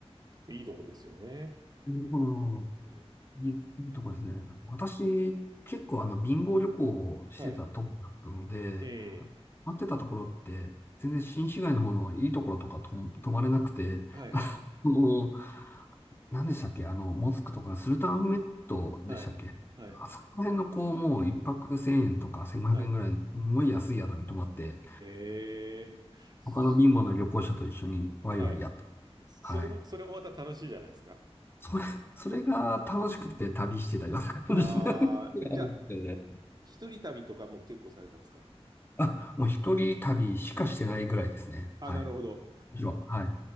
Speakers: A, on the right; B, on the left.
A: い。いいとこですよね。
B: あ、なるほど。
A: ふうん
B: いい、いいとこですね。私、結構あの、貧乏旅行をしてたとこだったので、
A: はい。ええ
B: 待ってたところって、全然新市街の方のいいところとかと泊まれなくて、
A: はいはい。
B: あの、何でしたっけあの、モスクとかスルタンアフメットでしたっけあそこら辺のこう、
A: はい。はい。
B: もう一泊1000円とか1500円ぐらいの、
A: はい。
B: すごい安い宿に泊まって、
A: ええそ
B: 他の貧乏の旅行者と一緒にワイワイやっと。
A: はい。それも、
B: はい。
A: それもまた楽しいじゃないですか。
B: それ、それが楽しくて旅してたような感じになる
A: ああ、じゃあ、
B: あるみたいで。
A: 一人旅とかも結構されたんですか
B: あ、もう一人旅しかしてないぐらいですね。
A: あ、
B: はい。
A: なるほど。
B: 以上はい。